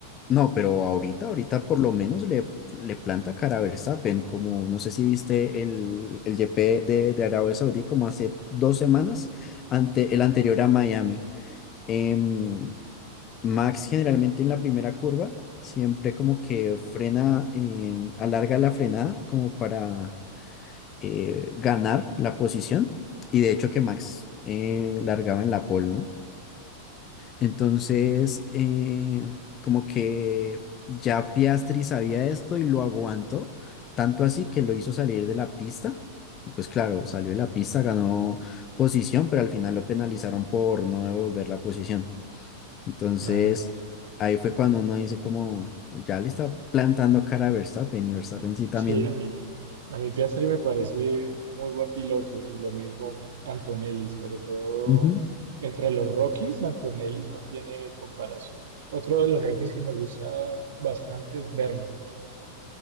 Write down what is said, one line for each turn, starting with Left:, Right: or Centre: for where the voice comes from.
Left: No, pero ahorita, ahorita por lo menos le, le planta cara a Verstappen, como no sé si viste el, el GP de, de Arabia Saudí como hace dos semanas, ante el anterior a Miami. em, Max generalmente en la primera curva siempre como que frena, em, alarga la frenada como para eh, ganar la posición. Y de hecho que Max eh, largaba en la pole, ¿no? Entonces, eh, como que ya Piastri sabía esto y lo aguantó, tanto así que lo hizo salir de la pista. Y pues claro, salió de la pista, ganó posición, pero al final lo penalizaron por no devolver la posición. Entonces,
Right: Ah, ya.
Left: ahí fue cuando uno dice como, ya le está plantando cara a Verstappen y Verstappen sí también.
Right: Sí, a mí, a mí Piastri me parece muy buen piloto y lo mismo Antonelli, sobre todo
Left: Ujú.
Right: entre los Rockies, Antonelli no tiene comparación. Otro de los Rockies que me gusta bastante es Berman,